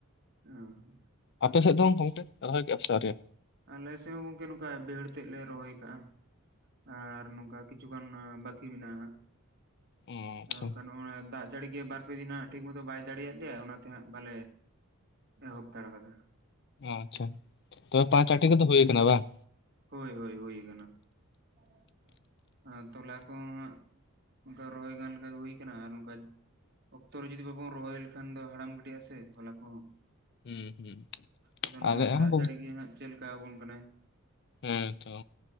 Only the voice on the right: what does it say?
ᱚᱸᱻ ᱾
ᱟᱞᱮ ᱥᱮᱫ ᱦᱚᱸ ᱜᱚᱝᱠᱮ ᱱᱚᱝᱠᱟ ᱵᱟᱹᱦᱟᱹᱲ ᱛᱮᱫ ᱞᱮ ᱨᱚᱦᱚᱭ ᱠᱟᱜ-ᱟ᱾ ᱟᱨ ᱱᱚᱝᱠᱟ ᱠᱤᱪᱷᱩ ᱜᱟᱱ ᱵᱟᱠᱤ ᱢᱮᱱᱟᱜ-ᱟ ᱦᱟᱸᱜ᱾
ᱟᱫᱚ ᱱᱚᱝᱠᱟ ᱱᱚᱜ-ᱚ ᱱᱟ ᱫᱟᱜ ᱡᱟᱹᱲᱤ ᱜᱮ ᱵᱟᱨᱯᱮ ᱫᱤᱱ ᱦᱟᱸᱜ ᱴᱷᱤᱠ ᱢᱚᱛᱚ ᱵᱟᱭ ᱫᱟᱲᱮᱭᱟᱜ ᱞᱮᱭᱟ ᱚᱱᱟᱛᱮ ᱦᱟᱸᱜ ᱵᱟᱞᱮ ᱮᱦᱚᱵᱛᱟᱲ ᱠᱟᱫᱟ᱾
ᱦᱳᱭ ᱦᱳᱭ, ᱦᱩᱭ ᱟᱠᱟᱱᱟ ᱾ ᱟᱨ ᱛᱚᱞᱟ ᱠᱚᱦᱚᱸ ᱦᱟᱸᱜ, ᱚᱱᱠᱟ ᱨᱚᱦᱚᱭ ᱜᱟᱱ ᱞᱮᱠᱟ ᱜᱮ ᱦᱳᱭ ᱠᱟᱱᱟ, ᱟᱨ ᱱᱚᱝᱠᱟ ᱚᱠᱛᱚ ᱨᱮ ᱡᱩᱫᱤ ᱵᱟᱵᱚᱱ ᱨᱚᱦᱚᱭ ᱞᱮᱠᱷᱟᱱ ᱫᱚ, ᱦᱟᱲᱟᱢ ᱜᱤᱰᱤ-ᱟ, ᱥᱮ ᱛᱚᱞᱟ ᱠᱚᱦᱚᱸ᱾
ᱟᱫᱚ ᱱᱚᱜᱼᱚᱭ
ᱫᱟᱜ
ᱡᱟᱹᱲᱤ ᱜᱮ ᱦᱟᱸᱜ ᱪᱮᱫᱞᱮᱠᱟ ᱟᱵᱚᱱ ᱠᱟᱱᱟᱭ